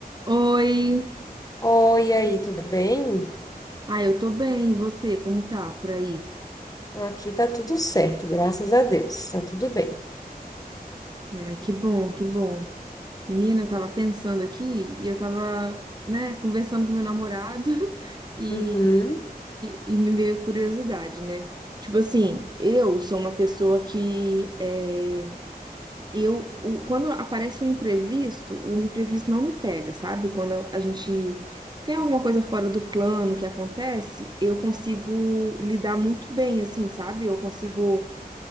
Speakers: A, on the right; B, on the left.
A: Oi!
B: Oi, aí, tudo bem?
A: Ah, eu tô bem, e você? Como tá por aí?
B: Aqui tá tudo certo, graças a Deus, tá tudo bem.
A: Ai, que bom, que bom. Menina, eu tava pensando aqui e eu tava, né, conversando com meu namorado <laughs> e,
B: Uhum,
A: e me veio curiosidade, né? Tipo assim, eu sou uma pessoa que é, eu o- quando aparece um imprevisto, o imprevisto não me pega, sabe? Quando a gente tem alguma coisa fora do plano que acontece, eu consigo lidar muito bem, assim, sabe? Eu consigo